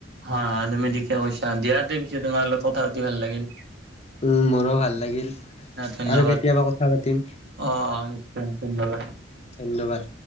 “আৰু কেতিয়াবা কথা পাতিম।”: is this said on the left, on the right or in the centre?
Left